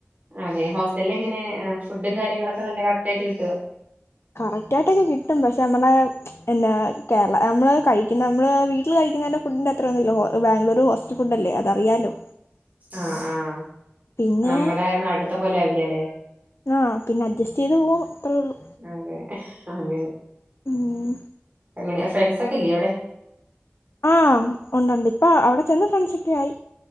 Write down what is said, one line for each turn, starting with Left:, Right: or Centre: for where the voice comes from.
Right: അതെ ഹോസ്റ്റലിൽ എങ്ങനെ ഫുഡും കാര്യങ്ങളൊക്കെ നല്ല കറക്റ്റ് ആയിട്ട് കിട്ടോ
Left: കറക്റ്റ് ആയിട്ടൊക്കെ കിട്ടും. പശേ അ മ്മളെ എന്ന കേരള നമ്മള് കഴിക്കുന്ന നമ്മള് വീട്ട്ല് കഴിക്കുന്നേന്റെ ഫുഡ്ന്റെ അത്രേന്നുല്ല ഹോ ബാംഗ്ലൂറ് ഹോസ്റ്റൽ ഫുഡല്ലേ അതറിയാലോ
Right: അഹ് ആഹ്
Left: പിന്നെ
Right: നമ്മടെ നാട്ട്ത്തെ പോലെ ആവില്ലെലേ
Left: ആഹ് പിന്നെ അഡ്ജസ്റ്റ് ചെയ്ത് പോണു അത്രേള്ളൂ
Right: അതെ അങ്ങനെ
Left: ഉം
Right: അങ്ങനെ ഫ്രണ്ട്സ് ഒക്കെല്ല്യേ അവിടെ
Left: ആഹ് ഉണ്ടുണ്ട് ഇപ്പാ അവ്ടെ ചെന്ന് ഫ്രണ്ട്ഷിക്കെ ആയി